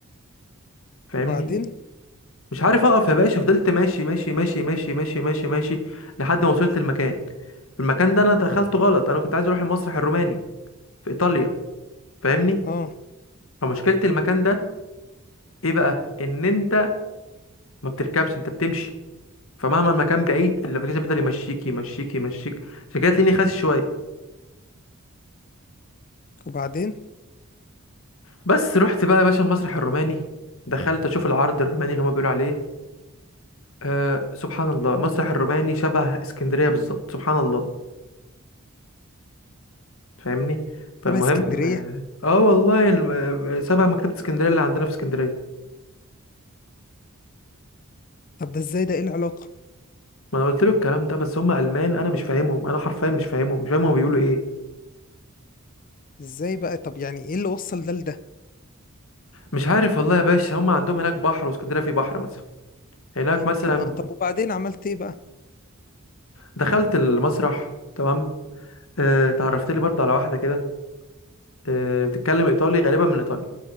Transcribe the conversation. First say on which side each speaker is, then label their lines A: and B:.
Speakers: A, on the left (about 65°); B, on the left (about 40°).
A: فاهمني
B: وبعدين
A: مش عارف اقف يا باشا فضلت ماشي ماشي ماشي ماشي ماشي ماشي ماشي لحد ما وصلت المكان المكان ده انا دخلته غلط انا كنت عايز اروح المسرح الروماني في ايطاليا فاهمني
B: اه
A: فمشكلة المكان ده ايه بقى ان انت ما بتركبش انت بتمشي فمهما المكان بعيد الابلكيشن بيفضل يمشيك يمشيك يمشيك عشان كده تلاقيني خاسس شوية
B: وبعدين
A: بس رحت بقى يا باشا المسرح الروماني دخلت اشوف العرض الروماني اللي هما بيقولوا عليه أه سبحان الله المسرح الروماني شبه اسكندرية بالظبط سبحان الله فاهمني فالمهم
B: طب اسكندريه
A: اه آه والله الم- سابها مكتبة اسكندرية اللي عندنا في اسكندرية
B: طب ده ازاي ده ايه العلاقه
A: ما انا قلت له الكلام ده بس هم المان انا مش فاهمهم انا حرفيا مش فاهمهم مش فاهم هم بيقولوا ايه
B: ازاي بقى طب يعني ايه اللي وصل ده لده
A: مش عارف والله يا باشا هم عندهم هناك بحر واسكندرية فيه بحر مثلا هناك
B: يمكن
A: مثلا
B: اه طب وبعدين عملت ايه بقى
A: دخلت المسرح تمام اه اتعرفت لي برضه على واحدة كده اه بتتكلم ايطالي غالبا من ايطاليا